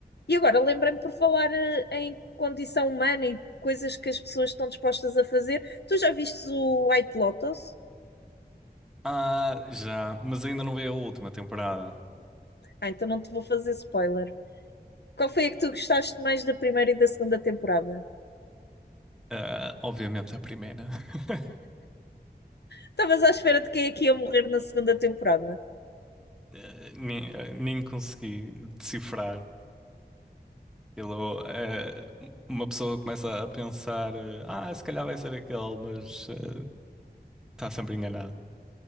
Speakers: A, on the left; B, in the centre.
A: E agora lembrei-me por falar eh, em condição humana e coisas que as pessoas estão dispostas a fazer. Tu já viste o White Lotus?
B: Ah, já. Mas ainda não veio a última temporada.
A: Ah, então não te vou fazer spoiler. Qual foi a que tu gostaste mais da primeira e da segunda temporada?
B: Ah, obviamente a primeira. <laughs>
A: Estavas à espera de quem é que ia morrer na segunda temporada?
B: Eh, Nem, eh, nem consegui decifrar. Aquilo, eh, uma pessoa começa a pensar: eh, ah, se calhar vai ser aquele, mas eh, está sempre enganado.